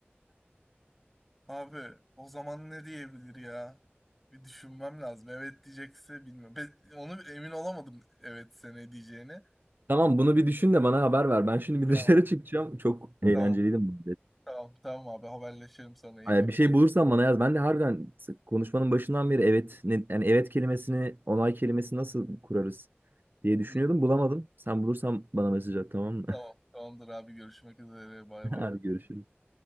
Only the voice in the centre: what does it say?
Abi o zaman ne diyebilir ya? Bir düşünmem lazım. Evet diyecekse bilmiyorum. Ben onu emin olamadım evet sene diyeceğini.
Tamam.
Tamam.
Tamam tamam abi haberleşelim sana yine.
Hı
hı.
Tamam tamamdır abi görüşmek üzere bay
bay.